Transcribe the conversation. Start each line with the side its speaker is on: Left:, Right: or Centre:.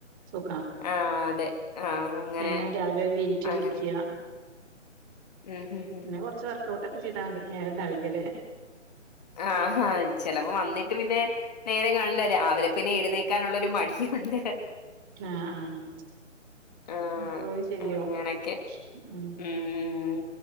Right: സുഖ
Left: ആഹ് അതെ ആഹ് അങ്ങനെ
Right: പിന്നെ രാവിലെ ഗ്രീൻ ടീ
Left: അങ്ങനെ
Right: കുടിക്കുക
Left: ഉം ഉം ഉം
Right: പിന്നെ
Left: ഉം
Right: കൊറച്ച വ കട്ടൊക്കെ ചെതാൽ മതി നേരണ്ടാവില്ലല്ലേ
Left: ആഹ് ചിലപ്പ വന്നിട്ട് പിന്നെ നേരെ കാണില്ല രാവിലെ പിന്നെ എഴുന്നേക്കാനുള്ളരു മടിയുണ്ട്
Right: ആഹ് ആഹ്
Left: ആഹ്
Right: അപ്പോ ശരിയാവും
Left: അങ്ങനൊക്കെ
Right: ഉ
Left: ഉം